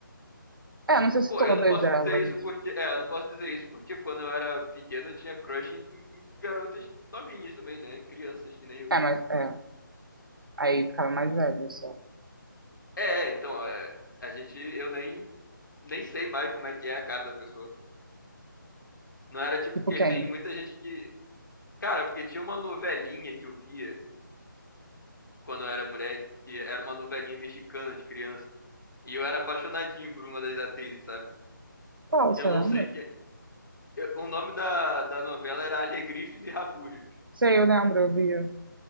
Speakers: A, on the right (about 85°); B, on the left (about 65°).
A: É, não sei se
B: Pô,
A: todas
B: eu não posso
A: elas.
B: dizer isso porque. É, eu não posso dizer isso porque quando eu era pequeno eu tinha crush em, em garotas novinhas também, né? Crianças que nem eu.
A: É, mas é. Aí ficava mais velha só.
B: É, é, então, é, a gente. Eu nem. Nem sei mais como é que é a cara da pessoa. Não era tipo.
A: Tipo
B: Porque
A: quem?
B: tem muita gente que. Cara, porque tinha uma novelinha que eu via quando eu era moleque, que era uma novelinha mexicana de criança. E eu era apaixonadinho por uma das atrizes, sabe?
A: Qual, você
B: Eu não
A: lembra?
B: sei que. eu- o nome da, da novela era Alegrifes e Rabujos.
A: Sei, eu lembro, eu via.